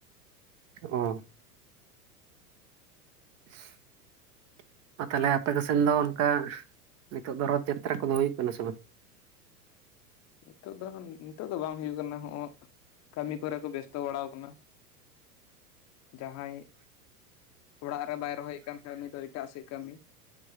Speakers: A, on the right; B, on the left.
A: ᱚ <inaudible> ᱟ ᱛᱟᱦᱚᱞᱮ ᱟᱯᱮ ᱠᱚ ᱥᱮᱱ ᱫᱚ ᱚᱱᱠᱟ ᱱᱤᱛᱳᱜ ᱫᱚ ᱨᱚᱛᱷ ᱡᱟᱛᱛᱨᱟ ᱠᱚᱫᱚ ᱦᱩᱭᱩᱜ ᱠᱟᱱᱟ ᱥᱮ ᱵᱟᱝ?
B: ᱱᱤᱛᱳᱜ ᱫᱚ ᱱᱤᱛᱳᱜ ᱫᱚ ᱵᱟᱝ ᱦᱩᱭᱩᱜ ᱠᱟᱱᱟ ᱦᱟᱸᱜ ᱠᱟᱹᱢᱤ ᱠᱚᱨᱮ ᱠᱚ ᱵᱮᱥᱛᱚ ᱵᱟᱲᱟᱣ ᱠᱟᱱᱟ᱾ ᱡᱟᱦᱟᱸᱭ ᱚᱲᱟᱜ ᱨᱮ ᱵᱟᱭ ᱨᱚᱦᱚᱭᱮᱫ ᱠᱟᱱ ᱠᱷᱟᱸᱡ ᱩᱱᱤ ᱫᱚ ᱮᱴᱟᱜ ᱥᱮᱡ ᱠᱟᱹᱢᱤ,